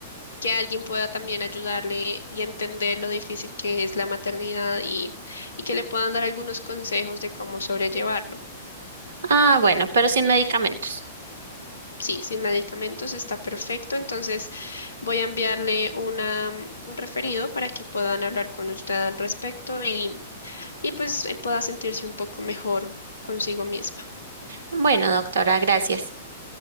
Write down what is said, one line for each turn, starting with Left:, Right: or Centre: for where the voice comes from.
Left: que alguien pueda también ayudarle y entender lo difícil que es la maternidad y, y que le puedan dar algunos consejos de cómo sobrellevarlo.
Right: Ah, bueno, pero sin medicamentos.
Left: Sí, sin medicamentos está perfecto, entonces voy a enviarle una, mm, un referido para que puedan hablar con usted al respecto y, y pues eh, pueda sentirse un poco mejor consigo mismo.
Right: Bueno, doctora, gracias.